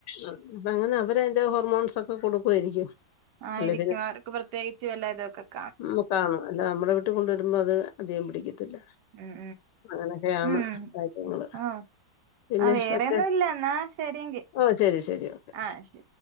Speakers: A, on the left (about 85°); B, on the right (about 75°).
A: അ പ്പ അങ്ങെനെ അവരയ്ന്റെ ഹോർമോൺസൊക്കെ കൊടുക്കുവായിരിക്കും
B: ആയിരിക്കും
A: അല്ലെ
B: അവർക്ക് പ്രത്യേകിച്ച് വല്ല തൊക്കെ
A: ഉം കാണും അല്ലാ നമ്മ്ടെ വീട്ടി കൊണ്ടുവരുമ്പോ അത് അധികം പിടിക്കത്തില്ല
B: ഉം
A: അങ്ങനെക്കെയാണ്
B: ഉം ഉം
A: കാര്യങ്ങള്
B: ആഹ്
A: പിന്നെ
B: ആഹ് വേറെയൊന്നും
A: ഒക്കെ
B: ഇല്ല എന്നാ ശരിയെങ്കി
A: ഓ ശെരി ശെരി ഓക്കെ
B: ആഹ് ശരി